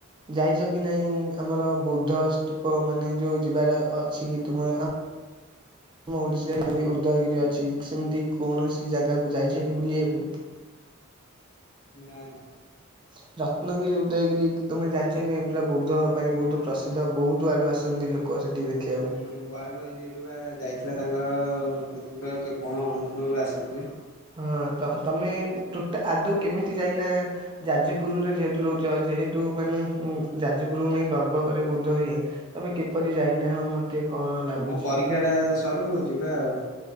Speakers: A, on the right; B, on the left.
A: ଯାଇଛ କି ନାଇଁ ଆମର ବୌଦ୍ଧ ସ୍ତୂପ ମାନେ ଯୋଉ ଯିବା ଅଛି କି ତୁମ ଆମ ଓଡ଼ିଶା କେ ଉଦୟଗିରି ଅଛି ସେମିତି କୌଣସି ଜାଗାକୁ ଯାଇଛ କି ବୁଲିବାକୁ।
B: ନା ନା।
A: <inaudible> ରତ୍ନଗିରି ଉଦୟଗିରି ତୁମେ ଜାଣିଛ ନାଇଁ ପୁରା ବୋଦ୍ଧ ପାଇଁ ବହୁତ ପ୍ରସିଦ୍ଧ ବହୁତ ଆଡୁ ଆସନ୍ତି ଲୋକ ସେଠି ଦେଖିବାକୁ।
B: ହଁ ୱାର୍ଲଡ ୱାଇଜ ଏବେ ବା ଯାଇଥିଲା ତାଙ୍କର ା କଣ ଅନୁରୁ ଆସିଥିଲେ।
A: ହଁ ତ ତମେ ଟଟା ଆଦୌ କେମିତି ଯାଇନା ଯାଜପୁରରେ ଯେହେତୁ ରହୁଛ ଯେହେତୁ ମାନେ ଯାଜପୁରକୁ ନେଇ ଗର୍ବ କରେ ବୋଧ ହୁଏ ତମେ କିପରି ଯାଇନାହ ମତେ କଣ ଲାଗୁଛି?
B: ମୋ ପରୀକ୍ଷା ଟା ସରୁ ଯିବା ଆଉ।